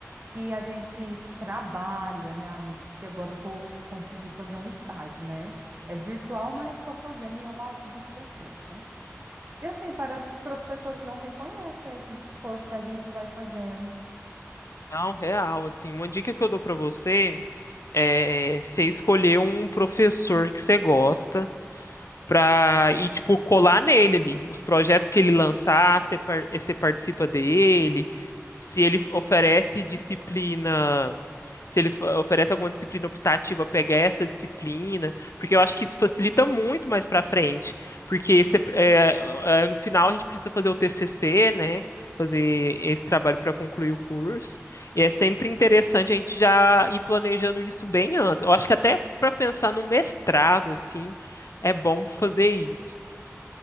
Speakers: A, on the right; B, on the left.
A: que a gente trabalha, né, amigo? Porque agora eu tô consegui fazer um estágio, né? É virtual, mas estou fazendo e eu ajudo as pessoas, né? E assim, parece que os professores não reconhecem esses esforços que a gente vai fazendo.
B: É um real, assim. Uma dica que eu dou para você é você escolher um professor que você gosta pra ir, tipo, colar nele ali. Os projetos que ele lançar, você par- você participa dele. Se ele oferece disciplina se eles fa- oferecem alguma disciplina optativa, pegar essa disciplina, porque eu acho que isso facilita muito mais para frente, porque você- é, é, no final a gente precisa fazer o TCC, né? Fazer esse trabalho para concluir o curso. E é sempre interessante a gente já ir planejando isso bem antes. Eu acho que até para pensar no mestrado, assim, é bom fazer isso.